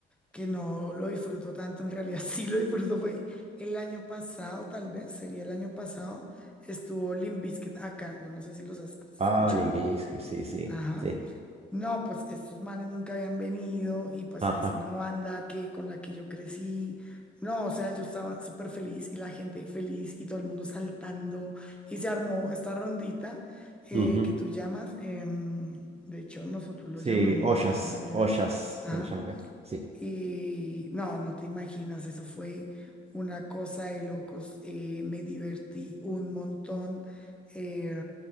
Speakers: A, in the centre; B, on the right.
A: que no lo disfruto tanto, en realidad <laughs> sí lo disfruto, fue el año pasado, tal vez, sería el año pasado, estuvo Limp Bizkit acá, yo no sé si los has escuchado,
B: Ah, Limp Bizkit, sí, sí,
A: Ajá.
B: sí.
A: No, pues estos manes nunca habían venido y pues
B: Ajá.
A: es una banda que con la que yo crecí. No, o sea, yo estaba súper feliz y la gente feliz y todo el mundo saltando y se armó esta rondita eh,
B: ujú.
A: que tú llamas. em, de hecho, nosotros lo
B: Sí,
A: llamamos
B: ollas,
A: de otra manera.
B: ollas
A: Ajá.
B: se le llama acá. Sí.
A: Y no, no te imaginas, eso fue una cosa de locos. eh, me divertí un montón. eh,